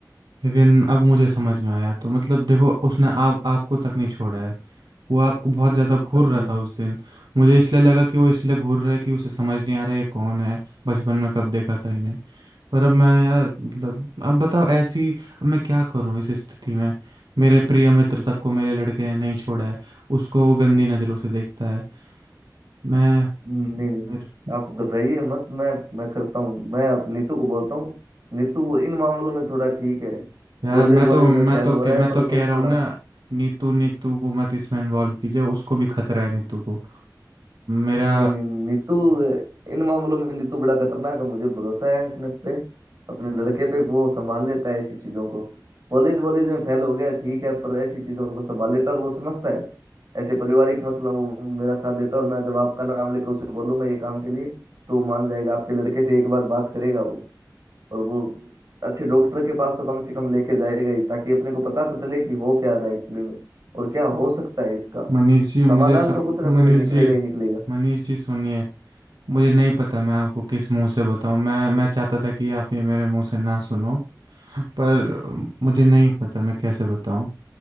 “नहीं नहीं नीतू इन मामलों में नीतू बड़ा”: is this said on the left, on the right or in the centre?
Right